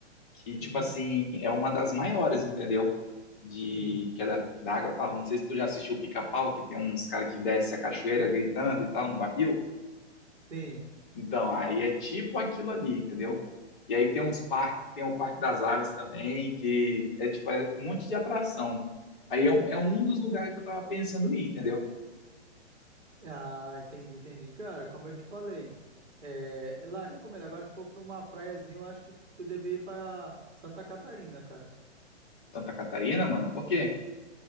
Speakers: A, on the left (about 45°); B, on the right (about 70°).
A: que, tipo
B: uhum,
A: assim, é uma das maiores, entendeu? De
B: sim,
A: que é da, da água e tal. Não sei se tu já assistiu o Pica-Pau, que tem uns caras que desce a cachoeira gritando e tal no barril.
B: sim.
A: Então, aí é tipo aquilo ali, entendeu? E aí tem uns parques, tem o Parque das Aves também, que é tipo é um monte de atração. Aí é, um- é um dos lugares que eu tava pensando em ir, entendeu?
B: Ah, entendi, entendi. Cara, como eu te falei, é, é lá eu recomendo. Agora, se for para uma praiazinha, eu acho que tu deve ir para Santa Catarina, cara.
A: Santa Catarina, mano, por quê?